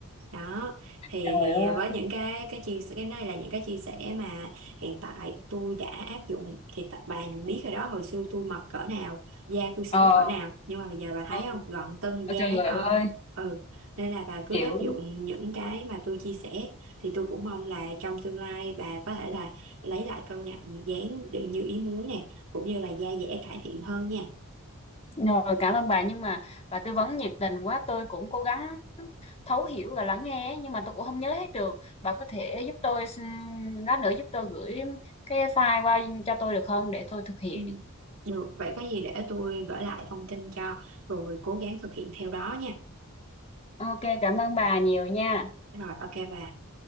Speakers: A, on the right; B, on the left.
A: đó thì
B: Trời
A: thì
B: ơi.
A: với những cái cái chia sẻ cái này là những cái chia sẻ mà hiện tại tôi đã áp dụng thì tập bà biết rồi đó hồi xưa tôi mập cỡ nào da tôi xấu
B: Ờ,
A: cỡ nào nhưng mà bây giờ bà
B: không,
A: thấy không gọn tưng
B: ờ,
A: da
B: trời
A: đáng o
B: ơi,
A: ừ nên là bà cứ
B: hiểu.
A: áp dụng những cái mà tôi chia sẻ thì tôi cũng mong là trong tương lai bà có thể là lấy lại cân nặng dáng được như ý muốn nè cũng như là da dẻ cải thiện hơn nha
B: Rồi, cảm ơn bà nhưng mà bà tư vấn nhiệt tình quá, tôi cũng cố gắng thấu hiểu và lắng nghe ấy, nhưng mà tôi cũng không nhớ hết được. Bà có thể giúp tôi xin- lát nữa giúp tôi gửi cái file qua cho tôi được không để tôi thực hiện.
A: Ừ. Được, vậy có gì để tôi gửi lại thông tin cho rồi cố gắng thực hiện theo đó nha.
B: Ok, cảm ơn bà nhiều nha.
A: rồi ok về